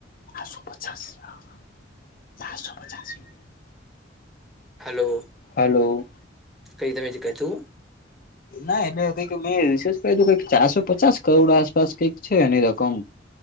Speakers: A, on the left; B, in the centre.
A: આઠસો પચાસ હા હા ચારસો પચાસી.
B: હલો
A: હલો
B: કઈ તમે જ કધું?
A: ના એટલે કઈક મેં રિસર્ચ કર્યું કંઈક ચારસો પચાસ કરોડ આસપાસ કઈક છે એની રકમ.